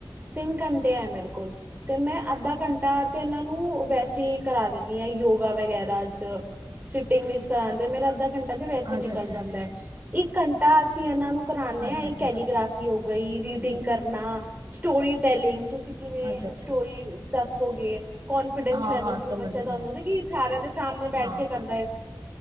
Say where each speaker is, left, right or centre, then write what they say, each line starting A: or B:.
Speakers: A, on the right; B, on the right.
A: ਤਿੰਨ ਘੰਟੇ ਹੈ ਮੇਰੇ ਕੋਲ ਤੇ ਮੈਂ ਅੰਦਾ ਘੰਟਾ ਤੇ ਇਹਨਾਂ ਨੂੰ ਬੈਸ ਤੇ ਕਰਾ ਦਿੰਦੀ ਹਾਂ ਯੋਗਾ ਵਗੈਰਾ ਚ ਸਟਿੰਗ ਵਿੱਚ ਕਰਾਦੇ ਮੇਰਾ ਅੱਧਾ ਘੰਟਾ ਐ ਤੇ ਵੈਸੇ ਨਿਕਲ
B: ਅੱਛਾ ਅੱਛਾ
A: ਜਾਂਦਾ ਇੱਕ ਘੰਟਾ ਅਸੀਂ ਇਹਨਾਂ ਨੂੰ ਕਰਾਨੇ
B: ਅੱਛਾ
A: ਹਾਂ ਇਹ
B: ਅੱਛਾ ਅੱਛਾ
A: ਕੈਲੀਗ੍ਰਾਫੀ ਹੋ ਗਈ ਰੀਡਿੰਗ ਕਰਨਾ। ਸਟੋਰੀ ਟੈਲਿੰਗ ਤੁਸੀਂ ਕਿਵੇਂ
B: ਅੱਛਾ ਅੱਛਾ
A: ਸਟੋਰੀ ਦੱਸੋਗੇ ਕੋਂਨਫੀਡੈਂਸ
B: ਹਾਂ
A: ਲੈਵਲ
B: ਹਾਂ
A: ਜਿਵੇਂ
B: ਸਮਝ
A: ਬੱਚਿਆਂ ਦਾ
B: ਗਿਆ
A: ਹੁੰਦਾ ਕਿ ਸਾਰਿਆਂ ਦੇ ਸਾਹਮਣੇ ਬੈਠ
B: ਹਾਂ
A: ਕੇ ਕਰਦਾ ਹੈ।